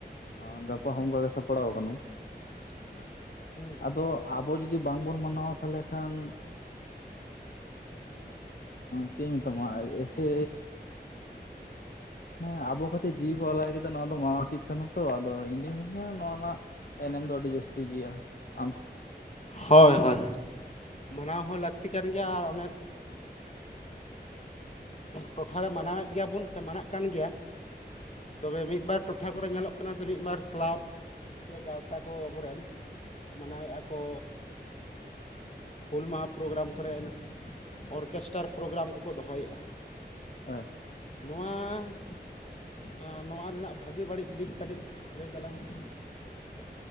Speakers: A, on the left; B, on the left.
A: ᱟᱸ ᱜᱟᱯᱟ ᱦᱚᱸ ᱚᱱᱠᱟ ᱜᱮ ᱥᱟᱯᱲᱟᱣ ᱟᱠᱟᱱᱟ᱾
B: <unintelligible> ᱦᱩ ᱦᱩ
A: ᱟᱫᱚ ᱟᱵᱚ ᱡᱩᱫᱤ ᱵᱟᱝᱵᱚᱱ ᱢᱟᱱᱟᱣᱟ ᱛᱟᱦᱞᱮ ᱠᱷᱟᱱ ᱪᱮᱫ ᱤᱧ ᱢᱮᱛᱟᱢᱟ ᱮᱹᱥᱮ ᱦᱮ ᱟᱵᱚ ᱠᱷᱟᱹᱛ ᱡᱤᱣᱤ ᱠᱚ ᱟᱞᱟᱭ ᱠᱮᱫᱟ ᱱᱚᱣᱟ ᱫᱚ ᱢᱟᱣ ᱩᱪᱤᱛ ᱠᱟᱱᱟ ᱛᱚ, ᱟᱫᱚ ᱤᱧ ᱫᱩᱧ ᱢᱚᱱᱮᱭᱟ ᱱᱚᱣᱟ ᱨᱮᱱᱟᱜ ᱮᱱᱮᱢ ᱫᱚ ᱟᱹᱰᱤ ᱡᱟᱹᱥ ᱛᱤ ᱜᱮᱭᱟ, ᱟᱢ
B: ᱦᱚᱭᱻ ᱦᱚᱭᱻ ᱦᱚᱭᱻ ᱢᱟᱱᱟᱣ ᱦᱚᱸ ᱞᱟᱹᱠᱛᱤ ᱠᱟᱱ ᱜᱮᱭᱟ᱾ ᱟᱨ ᱚᱱᱮᱠ ᱴᱚᱴᱷᱟᱨᱮ ᱢᱟᱱᱟᱣᱮᱫ ᱜᱮᱭᱟᱵᱚᱱ, ᱥᱮ ᱢᱟᱱᱟᱜ ᱠᱟᱱ ᱜᱮᱭᱟ᱾ ᱛᱚᱵᱮ ᱢᱤᱫ ᱵᱟᱨ ᱴᱚᱴᱷᱟ ᱠᱚᱨᱮ ᱧᱮᱞᱚᱜ ᱠᱟᱱᱟ, ᱥᱮ ᱢᱤᱫ ᱵᱟᱨ ᱠᱞᱟᱵᱽ ᱥᱮ ᱜᱟᱶᱛᱟ ᱠᱚ ᱟᱵᱚᱨᱮᱱ ᱢᱟᱱᱟᱣᱮᱜᱼᱟ ᱠᱚ ᱦᱩᱞ ᱢᱟᱦᱟ ᱯᱨᱳᱜᱨᱟᱢ ᱠᱚᱨᱮᱱ ᱚᱨᱠᱮᱥᱴᱟᱨ ᱯᱨᱳᱜᱨᱟᱢ ᱠᱚᱠᱚ ᱫᱚᱦᱚᱭᱮᱜᱼᱟ ᱾
A: ᱦᱮᱸᱻ
B: ᱱᱚᱣᱟ ᱦᱮᱸ ᱱᱚᱣᱟ ᱨᱮᱱᱟᱜ ᱵᱷᱟᱹᱜᱮ ᱵᱟᱹᱲᱤᱡ ᱫᱤᱠ ᱠᱟᱹᱴᱤᱡ ᱞᱟᱹᱭ ᱫᱟᱞᱟᱝ ᱢᱮᱥᱮ?